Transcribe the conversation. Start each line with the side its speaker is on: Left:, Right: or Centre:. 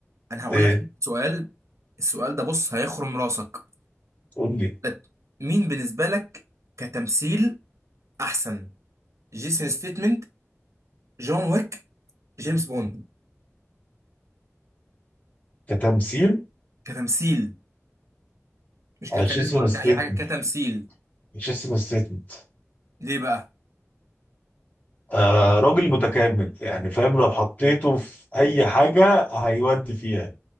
Right: انا هقول
Left: إيه،
Right: لك سؤال السؤال ده بص هيخرم راسك
Left: قول لي
Right: لت- مين بالنسبة لك كتمثيل أحسن جيسون ستيتمنت جون ويك جيمس بوند
Left: كتمثيل
Right: كتمثيل مش ككاريزما
Left: جيسون
Right: ولا
Left: ستيتمنت
Right: كأي حاجة كتمثيل
Left: جيسون ستيتمنت
Right: ليه بقى؟
Left: آه راجل متكامل يعني فاهم لو حطيته في اي حاجه هيودي فيها